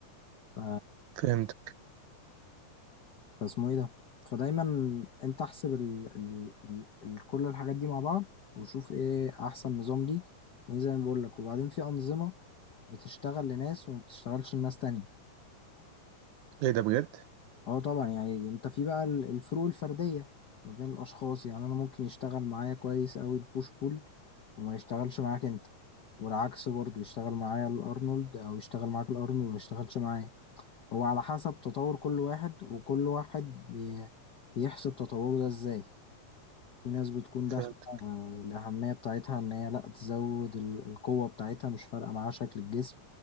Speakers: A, on the left; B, on the right.
A: ف
B: فهمتك
A: فاسمه ايه ده فدايما انت احسب ال... ال... ال... ال... كل الحاجات دي مع بعض وشوف ايه احسن نظام ليك يعني زي ما بقول لك وبعدين في انظمه بتشتغل لناس وما بتشتغلش لناس تانية
B: إيه ده بجد
A: اه طبعا يعني انت في بقى ال- الفروق الفرديه ما بين الاشخاص يعني انا ممكن يشتغل معايا كويس قوي البوش بول وما يشتغلش معاك انت والعكس برضه يشتغل معايا الارنولد او يشتغل معاك الارنولد وما يشتغلش معايا هو على حسب تطور كل واحد وكل واحد بي... بيحسب تطوره ده ازاي في ناس بتكون داخلة
B: فهمتك
A: آه، الأهمية بتاعتها إن هي لأ تزود ال- القوة بتاعتها مش فارقة معاها شكل الجسم